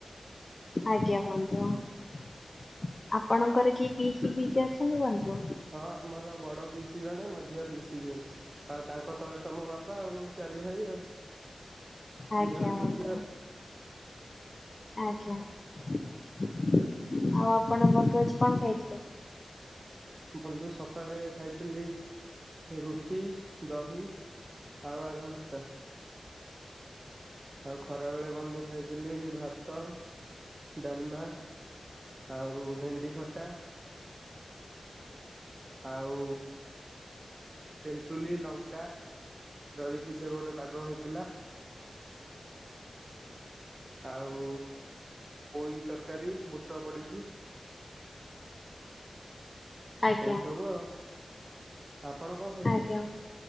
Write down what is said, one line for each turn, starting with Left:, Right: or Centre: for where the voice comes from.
Left: ଆଜ୍ଞା ବନ୍ଧୁ, ହଁ। ଆପଣଙ୍କର କିଏ ପିଇସି ଫିଇସୀ ଅଛନ୍ତି ବନ୍ଧୁ?
Right: ହଁ ଆମର ବଡ ପିଇସି ଜଣେ, ମଝିଆ ପିଇସି ଜଣେ, ଆଉ ତାଙ୍କ ତଳେ ତ ମୋ ବାପା ବାପା ଆଉ, ଚାରି ଭାଇ ଆଉ,
Left: ଆଜ୍ଞା
Right: ଦି ଜଣ
Left: ବନ୍ଧୁ।
Right: ପିସି ଆଉ।
Left: ଆଜ୍ଞା, ଆଉ ଆପଣ ବନ୍ଧୁ ଆଜି କଣ ଖାଇଥିଲେ?
Right: ବନ୍ଧୁ ସକାଳେ ଖାଇଥିଲି ରୁଟି, ଦହି, ଆଉ ଆଳୁ ଭର୍ତ୍ତା। ଆଉ ଖରାବେେଳେ ବନ୍ଧୁ ଖାଇଥିଲି ଭାତ, ଡାଲମା ଆଉ ଭେଣ୍ଡି ଖଟା। ଆଉ ତେନ୍ତୁଲି, ଲଙ୍କା, ଦଳିକି ସେ ଗୋଟେ ପାଗ ହେଇଥିଲା ଆଉ ପୋଇ ତରକାରୀ ବୁଟ ପଡିକି।
Left: ଆଜ୍ଞା
Right: ସେଇସବୁ ଆଉ, ଆପଣ କଣ ଖାଇ
Left: ଆଜ୍ଞା,